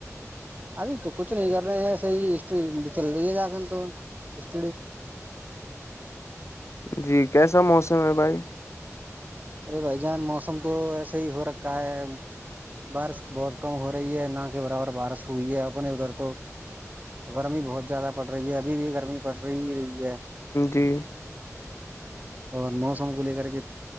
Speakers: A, on the right; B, on the left.
A: ابھی تو کچھ نہیں کر رہے ہیں ایسے ہی ہسٹری چل رہی ہے جااکن تو ہٹ
B: جی کیسا موسم ہے بھائی
A: ارے بھائی جان موسم تو ایسے ہی ہو رکھا ہے بارش بہت کم ہو رہی ہے نہ کہ برابر بارش ہوئی ہے اپنے ادھر تو گرمی بہت زیادہ پڑ رہی ہے ابھی بھی گرمی پڑ رہی ہی رہی ہے
B: جی
A: اور موسم کو لے کر کے